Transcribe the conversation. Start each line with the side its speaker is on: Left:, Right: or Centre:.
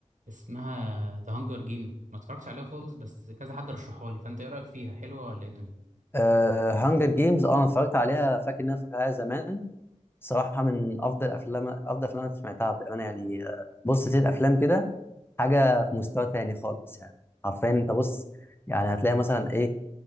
Right: اسمها ذا هانجر جيم ما اتفرجتش عليها خالص بس كذا حد رشحها لي فانت ايه رايك فيها حلوة ولا ايه الدنيا
Left: آه هانجر جيمز اه انا اتفرجت عليها فاكر ان انا اتفرجت عليها زمان صراحه من افضل افلام افضل افلام انا سمعتها بامانه يعني آه، بص ست افلام كده حاجه في مستوى تاني خالص يعني حرفيا انت بص يعني هتلاقي مثلا ايه